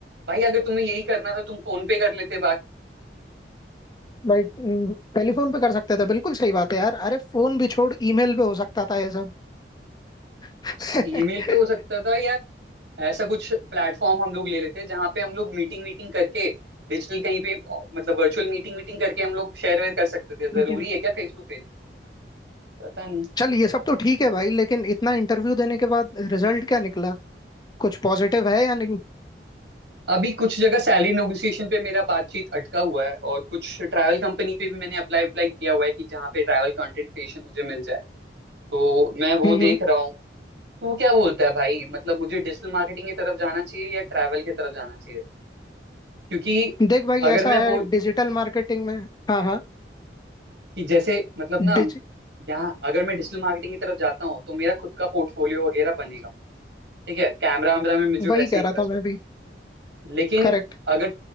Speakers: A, on the right; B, on the left.
A: भाई अगर तुम्हें यही करना था तुम फोन पे कर लेते बात
B: बट टेलीफोन पे कर सकते थे बिल्कुल सही बात है यार अरे फोन भी छोड़ ईमेल पे हो सकता था ये सब <laughs>
A: ईमेल पे हो सकता था या ऐसा कुछ प्लेटफॉर्म हम लोग ले लेते जहाँ पे हम लोग मीटिंग वीटिंग करके डिजिटल कहीं पे अ, मतलब वर्चुअल मीटिंग वीटिंग करके हम लोग शेयर वेयर कर सकते थे
B: मीटिंग
A: जरूरी है क्या फेस टू फेस पता नहीं
B: चल ये सब तो ठीक है भाई लेकिन इतना इंटरव्यू देने के बाद रिजल्ट क्या निकला कुछ पॉजिटिव है या नहीं
A: अभी कुछ जगह सैलरी नेगोशिएशन पे मेरा बातचीत अटका हुआ है और कुछ ट्रैवल कंपनी पे भी मैंने अप्लाई अप्लाई किया हुआ है कि जहाँ पे ट्रैवल कंटेंट क्रिएशन मुझे मिल जाए तो मैं वो
B: हम्म हम्म।
A: देख रहा हूँ तू क्या बोलता है भाई मतलब मुझे डिजिटल मार्केटिंग की तरफ जाना चाहिए या ट्रैवल की तरफ जाना चाहिए क्योंकि
B: देख भाई
A: अगर
B: ऐसा
A: मैं
B: है
A: बोल
B: डिजिटल मार्केटिंग में हाँ हाँ
A: कि जैसे मतलब ना
B: डिज
A: यहाँ अगर मैं डिजिटल मार्केटिंग की तरफ जाता हूँ तो मेरा खुद का पोर्टफोलियो वगैरह बनेगा ठीक है कैमरा वैमरा में मुझे वैसे
B: वही कह
A: इंटरेस्ट
B: रहा था मैं भी
A: लेकिन
B: करेक्ट
A: अगर